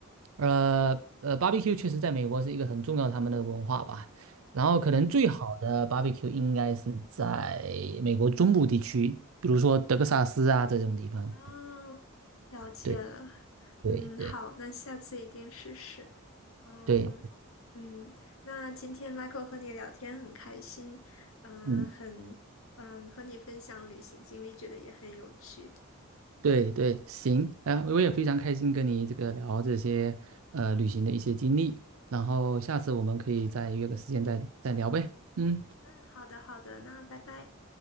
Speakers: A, on the right; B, on the left.
A: 呃呃，barbecue 确实在美国是一个很重要他们的文化吧。然后可能最好的
B: 嗯，
A: barbecue 应该是在美国中部地区，比如说德克萨斯啊这种地方。
B: 哦，了解了。
A: 对对对
B: 嗯，好，那下次一定试试。嗯嗯，
A: 对，
B: 那今天 Michael 和你聊天很开心，嗯，
A: 嗯。
B: 很嗯，和你分享旅行经历，觉得也很有趣。
A: 对对，行，啊，我也非常开心跟你这个聊这些呃旅行的一些经历，然后下次我们可以再约个时间再再聊呗，嗯，
B: 嗯，好的，好的，那拜拜。